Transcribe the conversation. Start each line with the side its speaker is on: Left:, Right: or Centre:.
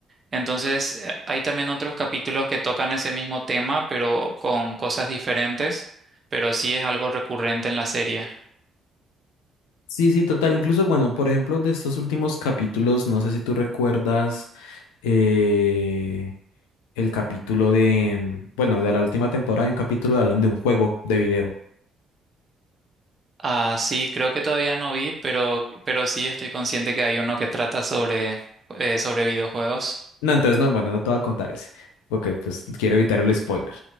Right: Entonces, eh, hay también otros capítulos que tocan ese mismo tema, pero con cosas diferentes, pero sí es algo recurrente en la serie.
Left: Sí, sí, total. Incluso, bueno, por ejemplo, de estos últimos capítulos, no sé si tú recuerdas eh, el capítulo de, bueno, de la última temporada, hay un capítulo de hablan de un juego de video.
Right: Ah, sí, creo que todavía no vi, pero, pero sí estoy consciente que hay uno que trata sobre, eh, sobre videojuegos.
Left: No, entonces no, bueno, no te voy a contar ese, porque pues quiero evitar el spoiler.